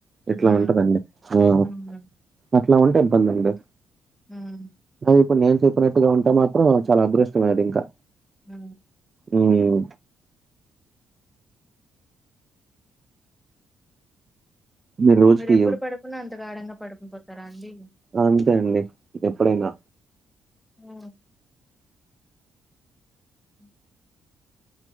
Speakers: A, on the right; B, in the centre.
A: ఇట్లా
B: హ్మ్.
A: ఉంటదండి ఊమ్
B: హ్మ్.
A: అట్లా ఉంటే ఇబ్బంద్ అండి
B: ఊమ్
A: అది ఇప్పుడు నేను చెప్పినట్టుగా ఉంటే మాత్రం చాలా అదృష్టమే అది ఇంకా
B: అ
A: ఊమ్ మీరు రోజుకి
B: మీర్ ఎప్పుడు పడుకున్నా అంత గాఢంగా పడుకున్ పోతారా అండి
A: అంతే అండి ఎప్పుడైనా
B: ఉ ఉ